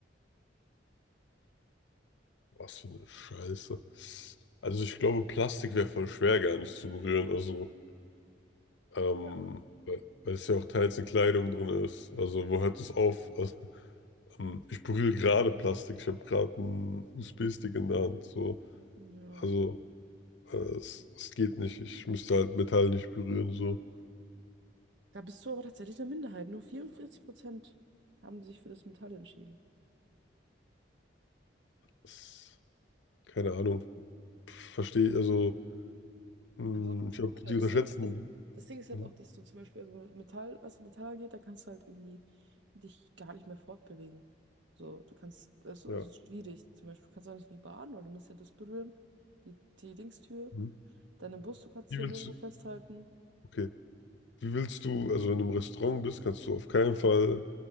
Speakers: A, on the left; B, on the right.
A: was für eine Scheiße. Also ich glaube, Plastik wäre voll schwer gar nicht zu berühren. Also, ähm,
B: Ja.
A: weil weil es ja auch teils in Kleidung drin ist. Also wo hört es auf? Also, ähm, ich berühre gerade Plastik. Ich habe gerade einen USB-Stick in der Hand. So.
B: Ja.
A: Also äh, es, es geht nicht. Ich müsste halt Metall nicht berühren. So.
B: Da bist du aber tatsächlich eine Minderheit. Nur 44% haben sich für das Metall entschieden.
A: Es, keine Ahnung. Verstehe, also mh,
B: Aber,
A: ich glaube,
B: aber
A: die unterschätzen.
B: das Ding ist, also, das Ding ist halt
A: Hm,
B: auch, dass du zum Beispiel, also mit Metall, was Metall angeht, da kannst du halt irgendwie dich gar nicht mehr fortbewegen. So, du kannst, das ist, also
A: ja.
B: es ist schwierig. Zum Beispiel kannst du auch nicht in die Bahn, weil du musst ja das berühren, die, die Dingstür.
A: Mhm.
B: Dann im Bus, du kannst
A: Wie
B: dich ja
A: willst
B: nirgendwo
A: du,
B: festhalten.
A: okay, wie willst du, also wenn du im Restaurant bist, kannst du auf keinen Fall,